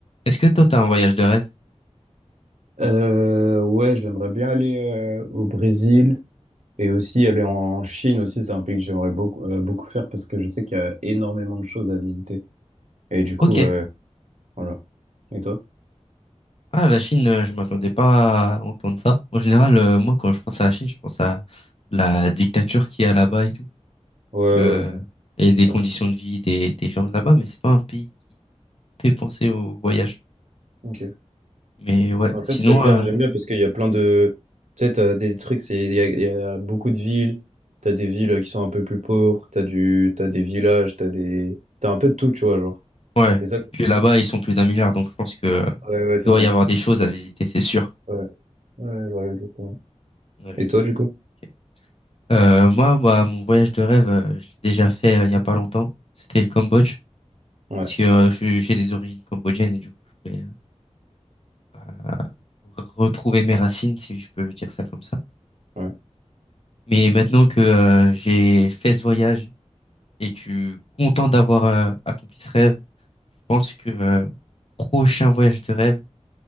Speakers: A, on the left (about 55°); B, on the right (about 80°).
A: Est-ce que toi, t'as un voyage de rêve?
B: Euh, ouais, j'aimerais bien aller euh, au Brésil et aussi aller en Chine aussi. C'est un pays que j'aimerais beaucoup, euh, beaucoup faire parce que je sais qu'il y a énormément de choses à visiter. Et du coup,
A: Ok.
B: euh, voilà. Et toi?
A: Ah, la Chine, euh, je m'attendais pas à entendre ça. En général, euh, moi, quand je pense à la Chine, je pense à la dictature qu'il y a là-bas et tout,
B: Ouais,
A: euh,
B: ouais, ouais.
A: et des
B: ouais.
A: conditions de vie des, des gens de là-bas, mais c'est pas un pays qui fait penser au voyage.
B: Ok.
A: Mais ouais,
B: En
A: sinon,
B: fait, j'aime bien,
A: euh,
B: j'aime bien parce qu'il y a plein de. Tu sais, t'as des trucs, c'est, il y a, il y a beaucoup de villes. T'as des villes euh, qui sont un peu plus pauvres. T'as du, t'as des villages. T'as des, t'as un peu de tout, tu vois, genre.
A: ouais.
B: C'est ça que
A: Puis là-bas,
B: j'aime
A: ils sont plus d'un milliard, donc je pense que euh,
B: bien. Ouais, ouais, c'est
A: doit
B: ça.
A: y avoir des choses à visiter, c'est sûr.
B: Ouais, ouais, ouais, voilà, exactement.
A: Ouais, je
B: Et
A: suis
B: toi,
A: d'accord.
B: du coup?
A: ok. Euh, moi, bah, mon voyage de rêve, euh, je l'ai déjà fait euh, il y a pas longtemps. C'était le Cambodge.
B: Ouais,
A: Parce que euh, je- j'ai des origines cambodgiennes et du coup, je voulais euh, bah, retrouver mes racines, si je peux dire ça comme ça.
B: ouais.
A: Mais maintenant que euh, j'ai fait ce voyage et que je suis content d'avoir euh, accompli ce rêve, je pense que euh, prochain voyage de rêve,